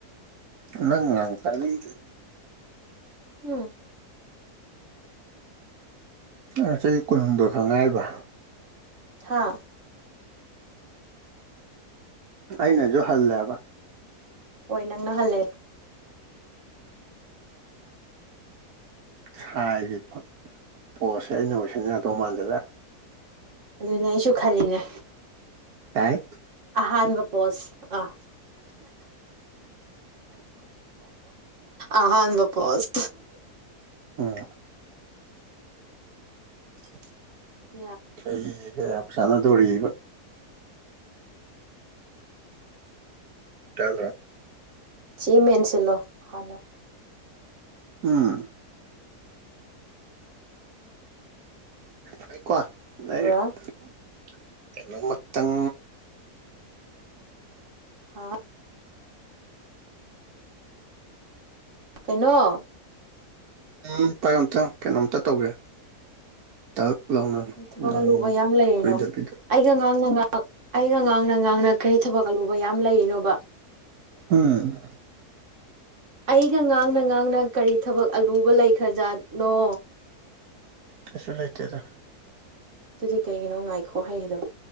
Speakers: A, on the right; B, on the right.
A: ꯅꯪ ꯉꯥꯡ ꯇꯥꯅꯤꯡꯗꯦ
B: ꯎꯝ
A: ꯅꯪ ꯆꯍꯤ ꯀꯨꯟꯍꯨꯝꯗꯣꯏ ꯈꯛ ꯉꯥꯏꯔꯥꯕ
B: ꯍꯥ
A: ꯑꯩꯩꯅꯁꯨ ꯍꯜꯂꯦꯕ
B: ꯍꯣꯏ ꯅꯪꯅ ꯍꯜꯂꯦ
A: ꯁꯥꯏꯒꯤ ꯄꯣꯁꯁꯦ ꯑꯩꯅ ꯑꯣꯏꯁꯤꯟ ꯌꯥꯗꯧ ꯃꯥꯟꯖꯤꯂꯛꯑꯦ
B: ꯑꯗꯨꯅꯦ ꯑꯩꯁꯨ ꯈꯜꯂꯤꯅꯦ
A: ꯌꯥꯏ
B: ꯑꯍꯥꯟꯕꯥ ꯄꯣꯁ ꯑꯥ ꯑꯍꯥꯟꯕ ꯄꯣꯁ
A: ꯎꯝ <inaudible>
B: ꯌꯥ
A: ꯑꯩꯒꯥ ꯌꯥꯝ ꯆꯥꯅꯗꯣꯔꯤꯕ ꯇꯥꯕ꯭ꯔꯥ
B: ꯆꯤ ꯃꯦꯟꯁꯤꯜꯂꯣ ꯍꯥꯟꯅ
A: ꯎꯝ ꯂꯩꯌꯨꯀꯣ
B: ꯄꯨꯔꯥ
A: ꯀꯩꯅꯣꯃꯇꯪ
B: ꯍꯥꯥ ꯀꯩꯅꯣ
A: ꯎꯝ ꯄꯥꯌꯣ ꯑꯝꯇꯪ ꯀꯩꯅꯣꯝꯇ ꯇꯧꯒꯦ ꯇꯛ ꯂꯥꯎꯅ
B: ꯀꯩ ꯊꯕꯛ
A: ꯅꯪ
B: ꯑꯂꯨꯕ ꯌꯥꯝ ꯂꯩꯔꯤꯅꯣ
A: ꯀꯨꯏꯗꯕꯤꯗ
B: ꯑꯩꯒ ꯉꯥꯡꯅ ꯉꯥꯡ ꯑꯩꯒ ꯉꯥꯡꯅ ꯉꯥꯡꯅ ꯀꯔꯤ ꯊꯕꯛ ꯑꯂꯨꯕ ꯌꯥꯝ ꯂꯩꯔꯤꯅꯣꯕ
A: ꯎꯝ
B: ꯑꯩꯒ ꯉꯥꯡꯅ ꯉꯥꯡꯅ ꯀꯔꯤ ꯊꯕꯛ ꯑꯂꯨꯕ ꯂꯩꯈ꯭ꯔꯖꯥꯠꯅꯣ
A: ꯀꯩꯁꯨ ꯂꯩꯇꯦꯗꯥ
B: ꯑꯗꯨꯗꯤ ꯀꯩꯒꯤꯅꯣ ꯉꯥꯏꯈꯣ ꯍꯥꯏꯔꯤꯗꯣ